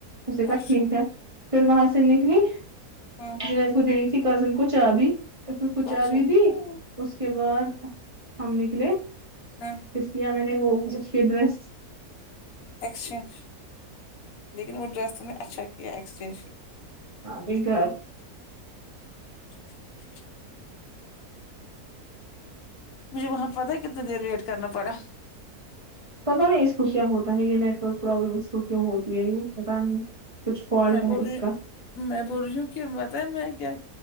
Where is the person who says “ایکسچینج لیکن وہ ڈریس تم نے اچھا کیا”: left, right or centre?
Left